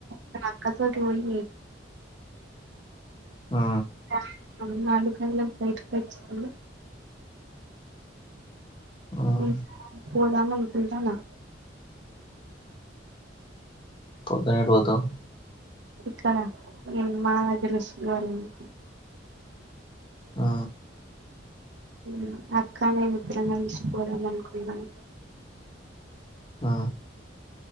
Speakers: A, on the right; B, on the left.
A: తనత్తు కత్తి వట్టి కోయ్
B: ఆ
A: సాయంత్రం నాలుగు గంటలకు బయటికి వచ్చి ఉండు
B: ఉమ్
A: ఉ పోదాము అనుకుంటనా
B: పొద్దున ఎటు వోతావ్
A: ఇక్కడ మా దగ్గర శివాలయం కి
B: ఆ
A: హ్మ్ అక్క నేను ఇద్దరం కలిసి పోదం అనుకున్నాం
B: ఆ